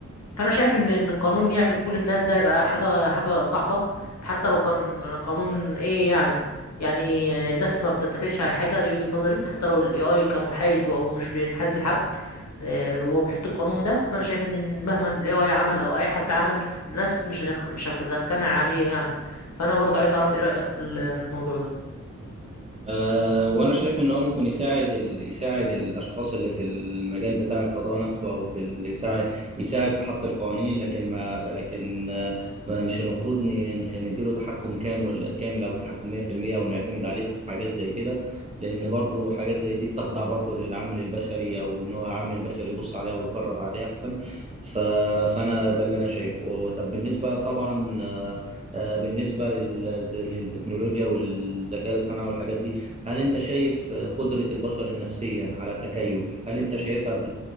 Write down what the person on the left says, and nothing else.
فانا شايف ان إن القانون يعجب كل الناس ده يبقى حاجه حاجه صعبه حتى لو كان قانون ايه يعني يعني الناس ما بتتفقش على حاجه دي وجهه نظري حتى لو الاي اي كان محايد او مش بينحاز لحد آه، وهو بيحط القانون ده فانا شايف ان مهما الاي اي عمل او اي حد عمل الناس مش هتخ... مش هتجتمع عليه يعني فانا برضه عايز اعرف ايه رايك في ال- في الموضوع ده